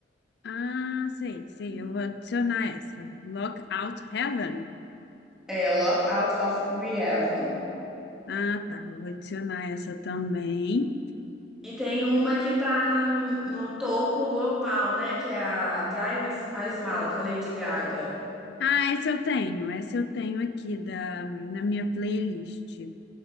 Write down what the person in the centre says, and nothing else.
É, Locked Out of Re Evan.
E tem uma que tá no topo global, né? Que é a Die With a Smile, com a Lady Gaga.